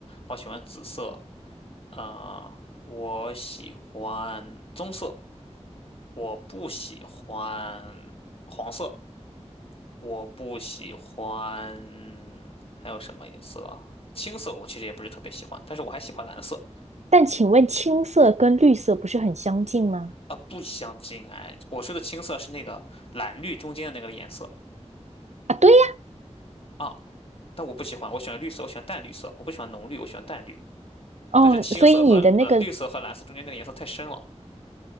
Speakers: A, on the left; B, on the right.
A: 我喜欢紫色，呃，我喜欢棕色，我不喜欢黄色，我不喜欢还有什么颜色啊？青色我其实也不是特别喜欢，但是我还喜欢蓝色
B: 但请问青色跟绿色不是很相近吗？
A: 啊，不相近哎。我说的青色是那个蓝绿中间的那个颜色
B: 啊，对呀。
A: 啊，但我不喜欢，我喜欢绿色，我喜欢淡绿色，我不喜欢浓绿，我喜欢淡绿。
B: 哦，
A: 但是青色和蓝、
B: 所以你的那个
A: 绿色和蓝色中间那个颜色太深了。